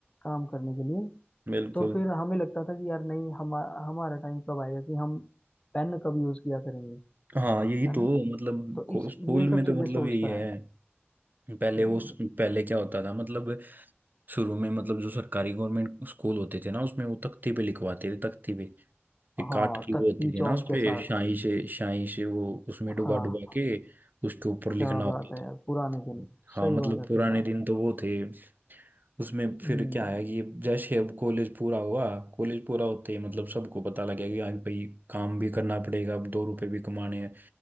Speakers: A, on the left (about 25°); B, on the right (about 45°).
A: काम करने के लिए
B: बिल्कुल
A: तो फिर हमें लगता था कि यार नहीं हम हमारा टाइम कब आएगा कि हम पेन कब यूज किया करेंगे
B: हाँ यही
A: है
B: तो
A: ना
B: मतलब
A: तो
B: को-
A: इस
B: स्कूल
A: ये सब
B: में तो
A: चीजें
B: मतलब
A: सोचता
B: यही है
A: है
B: पहले
A: हम्म।
B: वो पहले क्या होता था मतलब शुरू में मतलब जो सरकारी गवर्नमेंट स्कूल होते थे ना उसमें वो तख्ती पे लिखवाते थे तख्ती पे ये
A: हाँ
B: काट की
A: तक्की
B: वो होती थी
A: चौक
B: ना उस पे
A: के साथ
B: स्याही से स्याही से वो उसमें
A: हाँ
B: डुबा डुबा के उसके ऊपर लिखना
A: क्या
B: होता
A: बात है
B: था
A: यार पुराने दिन
B: हाँ
A: सही
B: मतलब
A: बात है सही
B: पुराने
A: बात
B: दिन तो वो थे उसमें फिर
A: हम्म
B: क्या है कि जैसे अब कॉलेज पूरा हुआ कॉलेज पूरा होते ही मतलब सबको पता लगेगा कि हाँ भाई काम भी करना पड़ेगा अब दो रुपए भी कमाने हैं